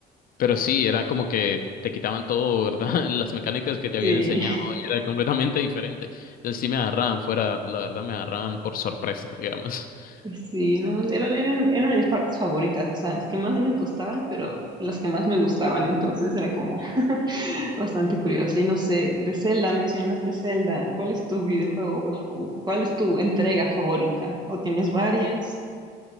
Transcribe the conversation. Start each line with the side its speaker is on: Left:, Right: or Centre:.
Left: pero sí, era como que te quitaban todo, ¿verdad? <laughs> Las mecánicas que te habían
Right: Sí.
Left: enseñado era completamente diferente. Entonces sí me agarraban fuera, la verdad me agarraban por sorpresa, digamos. <laughs>
Right: Sí, no, eran, eran, eran mis partes favoritas, o sea, las que más me costaban, pero las que más me gustaban, entonces era como <laughs> bastante curioso. Y no sé, de Zelda, mencionaste Zelda, ¿cuál es tu videojuego? ¿Cuál es tu entrega favorita? ¿O tienes varias? <laughs>